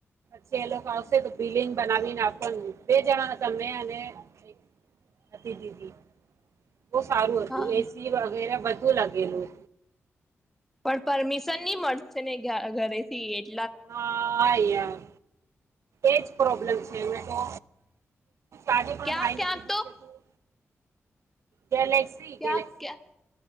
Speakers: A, on the right; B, in the centre.
A: પછી એ લોકો આવશે તો બિલિંગ બનાવી ને આપવાનું. બે જણા હતા મેં અને એક હતી દીદી. બહુ સારું હતું.
B: હા
A: એસી વગેરા બધ ધું લાગેલું.
B: પણ પરમિશન ની મળશે ને ઘ ઘરેથી એજ
A: હા યા. એજ પ્રોબ્લેમ છે એને તો. આજે પણ
B: ક્યાં
A: ભાઈ ને
B: ક્યાંક
A: કીધું છે તું ગેલેક્સી
B: ક્યા-ક્યા.
A: ગેલેક્સી